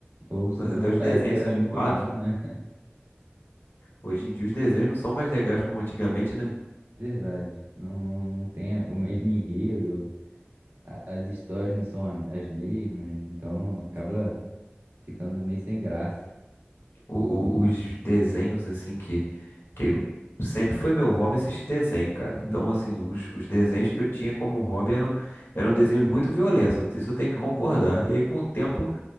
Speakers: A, on the right; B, on the left.
A: Ou se
B: Mas
A: na
B: até
A: nossa
B: os desenhos
A: época era
B: são
A: muito
B: enjoados.
A: bom, né?
B: Hoje em dia os desenhos não são mais legais como antigamente, né?
A: <laughs> Verdade. Não, não, não tem o mesmo enredo. a- as histórias não são a- as mesmas, então acaba
B: Sim.
A: ficando meio sem graça.
B: o- o- os desenhos, assim, que, que eu- sempre foi meu hobby assistir desenho, cara. Então,
A: Uhum,
B: assim, os, os desenhos que eu tinha como hobby eram, eram desenhos muito violentos, isso eu tenho que
A: uhum,
B: concordar. E aí, com o tempo,